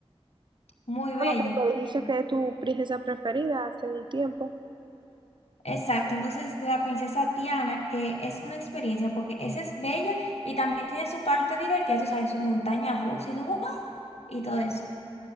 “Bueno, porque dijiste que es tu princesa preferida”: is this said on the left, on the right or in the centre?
Right